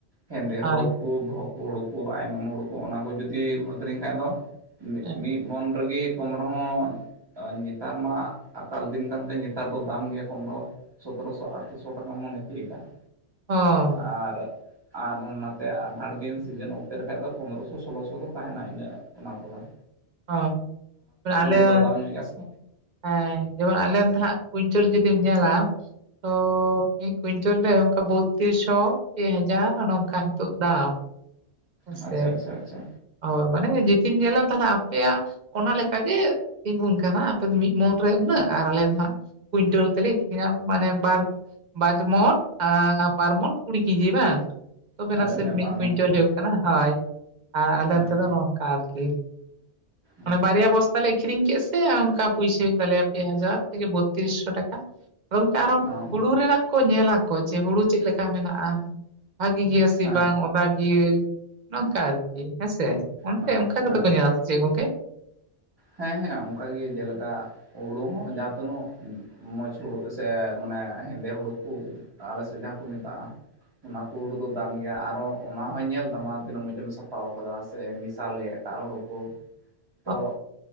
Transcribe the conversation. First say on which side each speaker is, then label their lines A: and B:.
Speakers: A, on the right; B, on the right.
A: ᱦᱮᱸᱫᱮ
B: ᱦᱳᱭ
A: ᱦᱩᱲᱩ ᱠᱚ ᱵᱚᱦᱚᱜ ᱠᱚ ᱦᱩᱲᱩ ᱠᱚ ᱟᱭᱱᱚᱢ ᱦᱩᱲᱩ ᱠᱚ ᱚᱱᱟ ᱠᱚ ᱡᱚᱫᱤᱢ ᱟᱹᱠᱷᱨᱤᱧ ᱠᱷᱟᱡ ᱫᱚ ᱾ ᱢᱤᱜ
B: ᱦᱮᱸ
A: ᱢᱤᱜ ᱢᱚᱱ ᱨᱮᱜᱮ ᱠᱚᱢ ᱨᱮᱦᱚᱸ ᱮᱸ ᱱᱮᱛᱟᱨ ᱢᱟ ᱟᱠᱟᱞ ᱫᱤᱱ ᱠᱟᱱᱛᱮ ᱱᱮᱛᱟᱨ ᱫᱚ ᱫᱟᱢ ᱜᱮᱭᱟ ᱠᱚᱢ ᱫᱚ ᱾ ᱥᱚᱛᱚᱨᱚᱥᱚ ᱟᱴᱷᱨᱚᱥᱚ ᱴᱟᱠᱟ ᱢᱚᱱᱮ ᱛᱤᱭᱟᱜᱟ ᱾
B: ᱚᱻ ᱾
A: ᱟᱨ, ᱟᱨ ᱱᱟᱛᱮ ᱟᱸᱜᱷᱟᱲ ᱫᱤᱱ ᱥᱤᱡᱮᱱ ᱚᱠᱛᱮ ᱨᱮᱠᱷᱟᱡ ᱫᱚ ᱯᱚᱱᱨᱚᱥᱚ ᱥᱳᱞᱳ ᱥᱚ ᱫᱚ ᱛᱟᱦᱮᱱᱟ ᱤᱱᱟᱹᱜ ᱚᱱᱟ ᱠᱚᱫᱚ ᱾
B: ᱚ, ᱟᱞᱮᱭᱟᱜ
A: ᱫᱚ ᱫᱟᱢ ᱧᱚᱜ ᱜᱮᱭᱟ ᱥᱮ
B: ᱦᱮᱸ ᱡᱮᱢᱚᱱ ᱟᱞᱮ ᱫᱟ ᱦᱟᱸᱜ ᱾ ᱠᱚᱧᱪᱚᱞ ᱡᱩᱫᱤᱢ ᱧᱮᱞᱟ ᱛᱚ ᱢᱤᱫ ᱠᱩᱭᱤᱱᱴᱚᱞ ᱨᱮ ᱚᱱᱠᱟ ᱵᱚᱛᱛᱤᱨᱤᱥ ᱥᱚ ᱯᱮ ᱦᱟᱡᱟᱨ ᱚᱱᱮ ᱚᱱᱠᱟ ᱱᱤᱛᱚᱜ ᱫᱟᱢ ᱾ ᱦᱮᱸ
A: ᱟᱪᱪᱷᱟ
B: ᱥᱮ,
A: ᱟᱪᱪᱷᱟ ᱟᱪᱪᱷᱟ
B: ᱚ ᱢᱟᱱᱮ ᱡᱩᱫᱤᱢ ᱧᱮᱞᱟ ᱛᱟᱦᱚᱞᱮ ᱟᱯᱮᱭᱟᱜ ᱚᱱᱟ ᱞᱮᱠᱟᱜᱮ ᱛᱤᱜᱩᱱ ᱠᱟᱱᱟ, ᱟᱯᱮ ᱫᱚ ᱢᱤᱫ ᱢᱚᱱ ᱨᱮ ᱩᱱᱟᱹᱜ ᱟᱨ ᱟᱞᱮ ᱦᱟᱸᱜ ᱠᱩᱭᱤᱱᱴᱟᱹᱞ ᱛᱮ ᱞᱮ ᱟᱹᱠᱷᱨᱤᱧᱟ, ᱢᱟᱱᱮ ᱵᱟᱨ ᱵᱟᱨ ᱢᱚᱱ, ᱟᱸ ᱵᱟᱨ ᱢᱚᱱ ᱠᱩᱲᱤ ᱠᱤᱡᱤ ᱵᱟᱝ? ᱛᱚᱵᱮ
A: ᱦᱳᱭ
B: ᱱᱟᱥᱮ
A: ᱦᱮᱸ
B: ᱢᱤᱫ
A: ᱵᱟᱨᱢᱚᱱ
B: ᱠᱩᱭᱤᱱᱴᱟᱞ
A: ᱠᱩᱲᱤ
B: ᱦᱩᱭᱩᱜ ᱠᱟᱱᱟ ᱦᱚᱭ ᱟᱨ ᱟᱞᱮ
A: ᱦᱮᱸ
B: ᱱᱚᱛᱮ
A: ᱦᱮᱸ
B: ᱫᱚ ᱱᱚᱝᱠᱟ ᱟᱨᱠᱤ᱾
A: ᱟᱪᱪᱷᱟ
B: ᱚᱱᱟ ᱵᱟᱨᱭᱟ
A: ᱟᱪᱪᱷᱟ
B: ᱵᱚᱥᱛᱟ ᱞᱮ ᱟᱹᱠᱷᱨᱤᱧ ᱠᱮᱫ ᱥᱮ ᱚᱱᱠᱟ ᱯᱩᱭᱥᱟᱹ ᱦᱩᱭᱩᱜ ᱛᱟᱞᱮᱭᱟ ᱯᱮ ᱦᱟᱡᱟᱨ ᱛᱷᱮᱠᱮ ᱵᱚᱛᱛᱨᱤᱥᱼᱥᱚ ᱴᱟᱠᱟ᱾ ᱜᱚᱝᱠᱮ ᱟᱨᱚ
A: ᱦᱚᱸ ᱦᱚᱸ
B: ᱦᱩᱲᱩ ᱨᱮᱱᱟᱜ ᱠᱚ ᱧᱮᱞᱟᱠᱚ ᱡᱮ ᱦᱩᱲᱩ ᱪᱮᱫ ᱞᱮᱠᱟ ᱢᱮᱱᱟᱜᱼᱟ, ᱵᱷᱟᱹᱜᱤ ᱜᱮᱭᱟ ᱪᱮ
A: ᱦᱮᱸ
B: ᱵᱟᱝ ᱚᱫᱟ ᱜᱤᱭᱟᱹ ᱱᱚᱝᱠᱟ ᱟᱨᱠᱤ ᱦᱮᱸ ᱥᱮ, ᱚᱱᱛᱮ
A: ᱦᱮᱸ
B: ᱚᱱᱠᱟ ᱜᱮᱛᱚ
A: ᱦᱮᱸ
B: ᱠᱚ ᱧᱮᱞᱟ
A: ᱦᱮᱸ
B: ᱥᱮ ᱪᱮᱫ ᱜᱚᱝᱠᱮ?
A: ᱦᱮᱸ ᱦᱮᱸ ᱚᱝᱠᱟ ᱜᱮ ᱡᱮᱞᱮᱠᱟ ᱦᱩᱲᱩ ᱦᱚᱸ ᱡᱟᱦᱟᱸ ᱛᱤᱱᱳᱜ ᱢᱚᱡᱽ ᱦᱳᱲᱳ ᱥᱮ ᱢᱟᱱᱮ ᱦᱮᱸᱫᱮ ᱦᱳᱲᱳ ᱠᱚ ᱟᱞᱮ ᱥᱮᱫ ᱡᱟᱦᱟᱸ ᱠᱚ ᱢᱮᱛᱟᱜᱼᱟ ᱚᱱᱟ ᱠᱚ ᱦᱳᱲᱳ ᱫᱚ ᱫᱟᱢ ᱜᱮᱭᱟ, ᱟᱨᱚ ᱚᱱᱟ ᱦᱚᱸᱭ ᱧᱮᱞ ᱛᱟᱢᱟ ᱛᱤᱱᱟᱹᱜ ᱢᱚᱡᱽ ᱮᱢ ᱥᱟᱯᱟᱣ ᱠᱟᱫᱟ ᱥᱮ ᱢᱮᱥᱟᱞ ᱜᱮ ᱮᱴᱟᱜ ᱦᱩᱲᱩ ᱠᱚ᱾
B: <inaudible>
A: ᱛᱚ